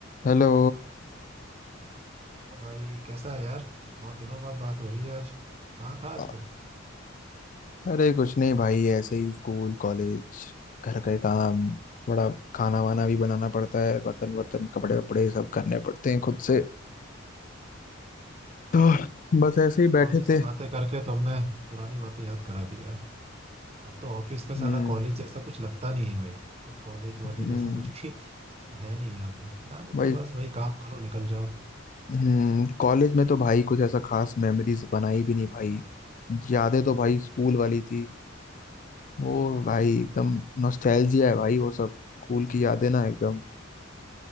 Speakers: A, on the left (about 40°); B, on the right (about 30°).
A: Hello
B: तो भाई कैसा है यार बहुत दिनों बाद बात हो रही है आज कहाँ था आजकल
A: अ- अरे कुछ नहीं भाई ऐसे ही स्कूल कॉलेज घर के काम बड़ा खाना वाना भी बनाना पड़ता है बर्तन वर्तन कपड़े वपड़े सब करने पड़ते हैं खुद से तो बस ऐसे ही
B: कॉलेज
A: बैठे
B: की
A: थे
B: बातें करके तुमने पुरानी बातें याद करा दी यार अब तो ऑफिस में साला
A: हम्म
B: कॉलेज जैसा कुछ लगता नहीं है भाई कुछ कॉलेज वॉलेज
A: हम्म
B: ऐसा कुछ भी <laughs> सीन है नहीं यहाँ पे यहाँ पे
A: भाई
B: तो बस भाई काम करो निकल जाओ
A: हम्म कॉलेज में तो भाई कुछ ऐसा खास मेमोरीज बनाई भी नहीं भाई यादें तो भाई स्कूल वाली थी वो भाई
B: हम्म,
A: एकदम नॉस्टैल्जिया है भाई वो सब स्कूल की यादें ना एकदम